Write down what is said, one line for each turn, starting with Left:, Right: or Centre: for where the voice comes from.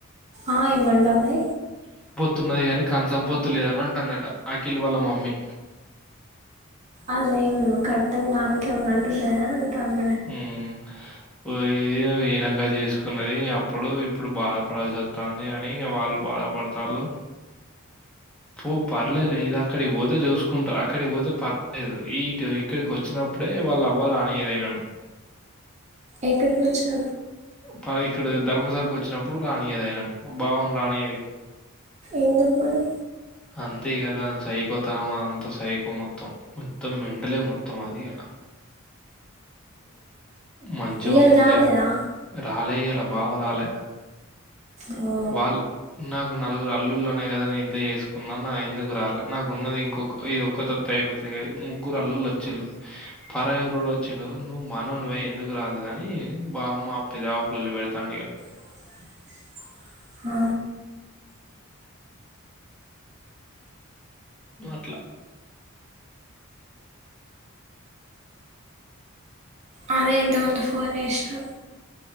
Right: ఆ ఏమంటంది
Centre: తున్నది గాని కంచం పోత్తు లేదని అంటున్నదట అఖిల్ వాళ్ళ మమ్మీ
Right: అదే కట్టం దనికిే ఉన్నట్ లే <inaudible>
Centre: ఉం పోయి ఈనక చేసుకున్నది అప్పుడు ఇప్పుడు బాధపడాల్సి వత్తంది అని ఇక వాళ్ళు బాధపడతరు పూ పర్లేదు ఇది అక్కడి పోతే చూసుకుంటారు అక్కడి పోతే పర్లేదు ఈటు ఇక్కడికి వచ్చినప్పుడే వాళ్ళ అవ్వ రానియదు ఏదైనను
Right: ఎక్కడికి వచ్చిన
Centre: పా ఇక్కడ ధర్మసరకు వచ్చినప్పుడు రానియది అయినాను భావ ను రానియ్యది
Right: ఎందుకు మరి
Centre: అంతే గదా సైకో తరం అంత సైకో మొత్తం మొత్తం మెంటలే మొత్తం అది ఇగ మంచిగా
Right: ఇయల
Centre: ఉన్నంతసేపు
Right: రాలేదా
Centre: రాలే ఇయ్యాల బావ రాలే
Right: ఓ
Centre: వాళ్ళ నాకు నలుగురు అల్లులు అనేకదా నేను ఇంత చేసుకున్నా నా ఎందుకు రాలే నాకు ఉన్నది ఇంకొ ఇది ఒక్కతోతె అయిపోతది ముగ్గురు అల్లుల్లు వచ్చిళు పరాయి వచ్చి నువ్వు మానోవయి ఎందుకు రాలేదు అని బావ మాపిద లొల్లి పెడతాండికా
Right: <inaudible> ఆ
Centre: అట్లా
Right: అదే ఎంత ముంది ఫోన్ చేసిర్రు